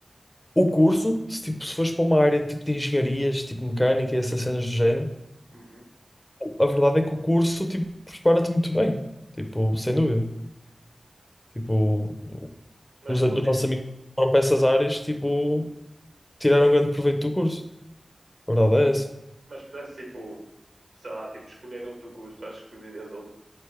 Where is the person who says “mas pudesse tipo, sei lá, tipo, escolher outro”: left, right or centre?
Right